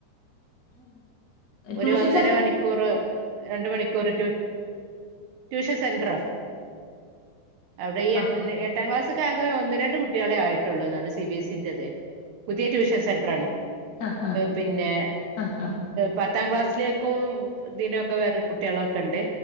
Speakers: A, on the right; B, on the left.
A: ഒരു
B: ട്യൂഷൻ
A: ഒന്നര
B: സെൻ
A: മണിക്കൂർ രണ്ട് മണിക്കൂർ റ്റു ട്യൂഷൻ സെന്ററാ അവിടെ ഈ
B: ആഹ്
A: എ എട്ടാം ക്ലാസ്സക്കാകെ ഒന്ന് രണ്ട് കുട്ടികളെ ആയിട്ടുള്ളൂന്നാണ് സി ബി എസ് ന്റേത് പുതിയ ട്യൂഷൻ സെന്ററാണ്
B: ആഹ് ആഹ്
A: പിന്നെ
B: ആഹ് ആഹ്
A: പത്താംക്ലാസ്സിലേക്കും ദിനൊക്കെ വേറെ കുട്ടികളൊക്കെ ഉണ്ട്